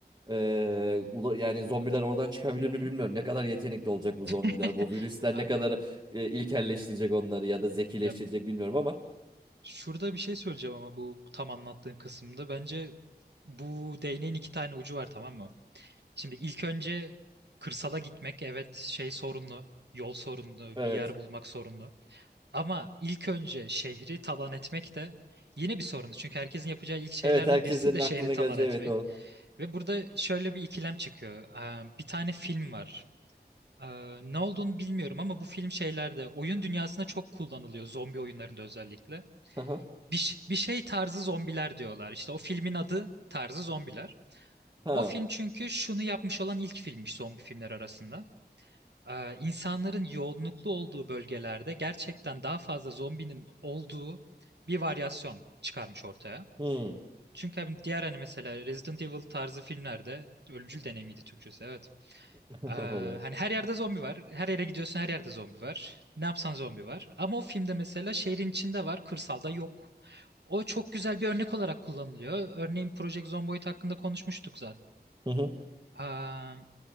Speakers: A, on the right; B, on the right.
A: Ee, ula- yani zombiler oradan çıkabilir
B: Hı hı.
A: mi bilmiyorum. Ne kadar yetenekli olacak bu zombiler.
B: <laughs>
A: Bu virüsler
B: Abi
A: ne kadar e, ilkelleştirecek onları ya da zekileştirecek
B: ya
A: bilmiyorum ama.
B: şurada bir şey söyleyeceğim ama bu tam anlattığın kısımda bence bu değneğin iki tane ucu var tamam mı? Şimdi ilk önce kırsala gitmek evet şey sorunlu. Yol sorunlu,
A: Evet.
B: bir yer bulmak sorunlu. Ama ilk önce şehri talan etmek de yine bir sorunu. Çünkü herkesin yapacağı ilk şeylerden
A: Evet herkesin
B: birisi de
A: aklına
B: şehri talan
A: geleceği
B: etmek.
A: evet o.
B: Ve burada şöyle bir ikilem çıkıyor. Ee, Bir tane film var. Ee, Ne olduğunu bilmiyorum ama bu film şeylerde oyun dünyasında çok kullanılıyor. Zombi oyunlarında özellikle.
A: Aha.
B: Bir, ş- bir şey tarzı zombiler diyorlar. İşte o filmin adı tarzı zombiler.
A: Ha.
B: O film çünkü şunu yapmış olan ilk filmmiş zombi filmler arasında e, insanların yoğunluklu olduğu bölgelerde gerçekten daha fazla zombinin olduğu bir varyasyon çıkarmış ortaya.
A: Hmm.
B: Çünkü hani diğer hani mesela Resident Evil tarzı filmlerde ölümcül deneyimiydi Türkçesi evet.
A: <laughs>
B: E,
A: Olabilir.
B: hani her yerde zombi var. Her yere gidiyorsun her yerde zombi var. Ne yapsan zombi var. Ama o filmde mesela şehrin içinde var, kırsalda yok. O çok güzel bir örnek olarak kullanılıyor. Örneğin Project Zomboid hakkında konuşmuştuk
A: <laughs>
B: zaten.